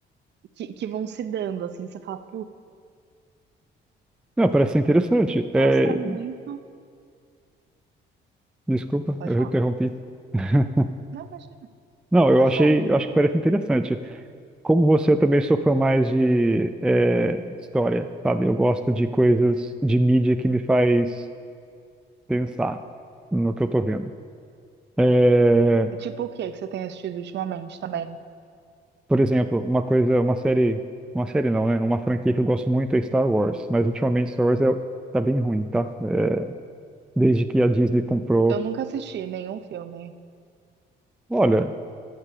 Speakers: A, on the right; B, in the centre.
A: que, que vão se dando, assim. Você fala, putz,
B: Não, parece ser interessante. É,
A: mostra muito.
B: desculpa,
A: Pode
B: eu
A: falar.
B: interrompi. <laughs>
A: Não, imagina,
B: Não, eu
A: pode
B: achei,
A: falar.
B: eu acho que parece interessante. Como você, eu também sou fã mais de é, história, sabe? Eu gosto de coisas de mídia que me faz pensar no que eu tô vendo. É,
A: E tipo, o que é que você tem assistido ultimamente também?
B: Por exemplo, uma coisa, uma série, uma série não, né? Uma franquia que eu gosto muito é Star Wars, mas ultimamente Star Wars é, tá bem ruim, tá? É, desde que a Disney comprou,
A: Eu nunca assisti nenhum filme.
B: olha,